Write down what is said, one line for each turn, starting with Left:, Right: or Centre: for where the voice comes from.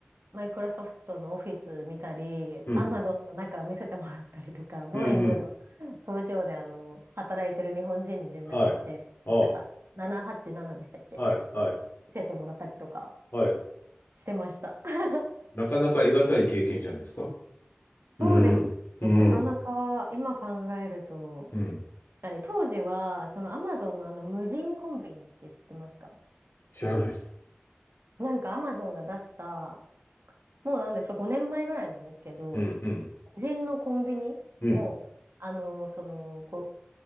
Right: マイクロソフトのオフィス見たり、
Left: うん。
Right: アマゾンの中見せてもらったりとか、ボーイングの工場であの働いてる日本人に連絡して、
Left: うん、うん。はい。ああ、
Right: なんか787でしたっけ
Left: はい、はい、
Right: 見せてもらったりとか
Left: はい。
Right: してました。<laughs>
Left: なかなか得難い経験じゃないですか
Right: そうですね。
Left: うん、うん、
Right: なかなか今考えると、
Left: うん。
Right: あれ、当時は、そのアマゾンのあの無人コンビニって知ってますか
Left: 知らないです。
Right: なんかアマゾンが出した、もうなんですか、5年前ぐらいなんですけど、
Left: うん、うん、
Right: 無人のコンビニもう、
Left: うん。
Right: あの、その、こ